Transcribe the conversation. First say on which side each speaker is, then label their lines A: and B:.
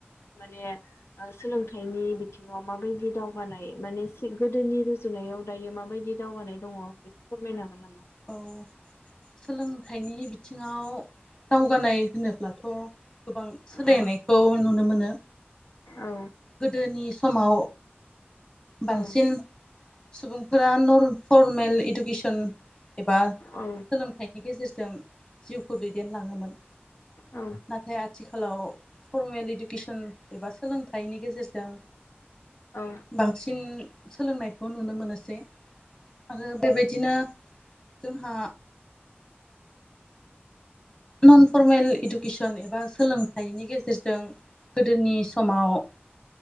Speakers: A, on the left; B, on the left.
A: माने सोलोंथाइनि बिथिङाव माबायदि दावगानाय माने गोदोनि रुजुनायाव दायो माबायदि दावगानाय दङ' बेखौ फोरमायनो हागोन नामा?
B: औ सोलोंथाइनि बिथिङाव दावगानाय होनोब्लाथ' गोबां सोलायनायखौ
A: औ
B: नुनो मोनो।
A: औ
B: गोदोनि समाव बांसिन
A: औ
B: सुबुं फोरा नरफरमेल इदुकेसन एबा
A: औ
B: सोलोंथाइनि गेजेरजों जिउ खौ दैदेनलाङोमोन
A: औ
B: नाथाय आथि खालाव फरमेल इदुकेसन एबा सोलों थाइनि गेजेरजों
A: औ
B: बांसिन सोलोंनायखौ नुनो मोनोसै आरो बेबायदिनो जोंहा नन फरमेल इदुकेसन एबा सोलोंथाइनि गेजेरजों गोदोनि समाव